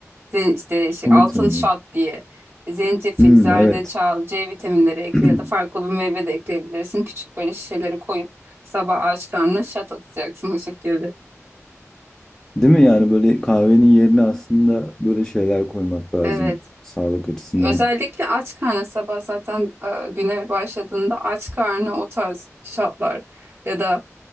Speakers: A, on the right; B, in the centre.
A: Zen işte şey,
B: Sumut'un.
A: altın şat diye. Zencefil,
B: Hmm,
A: zerdeçal,
B: evet.
A: C vitaminleri ekle
B: <clears throat>
A: ya da farklı bir meyve de ekleyebilirsin. Küçük böyle şişeleri koyup sabah aç karnına şat atacaksın <laughs> o şekilde.
B: Değil mi? Yani böyle kahvenin yerine aslında böyle şeyler koymak lazım
A: Evet.
B: sağlık açısından.
A: Özellikle aç karnına sabah zaten e, güne başladığında aç karnına o tarz şatlar ya da